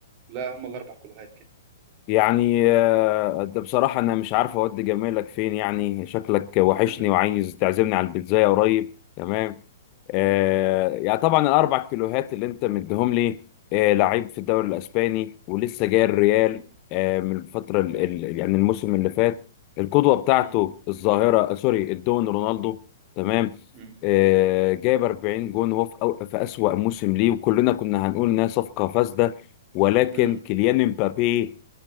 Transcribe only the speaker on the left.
يعني آه، ده بصراحة أنا مش عارف أودي جمالك فين يعني شكلك وحشني
وعايز تعزمني على البيتزاية قريب تمام آه
يعني طبعا الأربع كيلوهات اللي أنت مديهم لي آه لعيب في الدوري الأسباني ولسه جاي الريال
آه من الفترة
ال ال يعني الموسم اللي فات القدوة بتاعته
الظاهرة آه سوري الدون رونالدو تمام
آه جايب 40 جون وهو في, أو- في أسوأ موسم ليه وكلنا كنا هنقول إنها صفقة فاسدة ولكن
كيليان مبابي